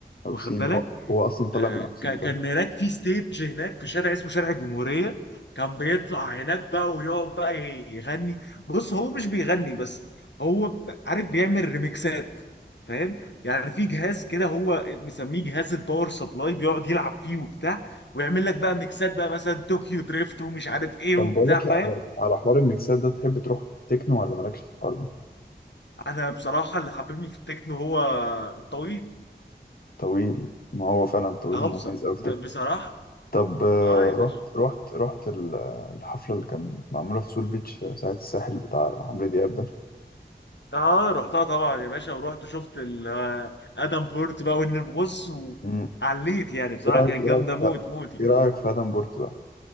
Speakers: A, on the left; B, on the left.
A: او
B: واخد
A: سيم
B: بالك
A: هو, هو اصلا طالع
B: آه،
A: من اوسيم
B: ك-
A: فاهم
B: كان هناك في ستيج هناك في شارع اسمه شارع الجمهورية كان بيطلع هناك بقى ويقعد بقى يغني بص هو مش بيغني بس هو ب- عارف بيعمل ريميكسات فاهم يعني في جهاز كده هو مسميه جهاز الباور سبلاي بيقعد يلعب فيه وبتاع ويعمل لك بقى ميكسات بقى مثلا طوكيو دريفت ومش عارف ايه
A: طب
B: وبتاع
A: بقول لك
B: فاهم
A: إيه، على على حوار الميكسات ده تحب تروح تكنو ولا مالكش في الحوار ده
B: انا بصراحة اللي حببني في التكنو هو الطويل
A: طويل ما هو فعلا طويل
B: اه
A: مميز
B: بص-
A: قوي في
B: ب-
A: تكنو
B: بصراحة
A: طب آه،
B: اه يا باشا
A: رحت رحت رحت ال- الحفلة اللي كانت معمولة في سول بيتش آه، ساعة الساحل بتاع عمرو دياب ده
B: اه رحتها طبعا يا باشا ورحت شفت ال- آه، ادم بورت بقى وان بص
A: مم.
B: وعليت يعني بصراحه
A: ايه رأيك
B: كانت
A: ايه
B: جامده
A: رأيك
B: موت موتي
A: ايه رأيك في ادم بورت بقى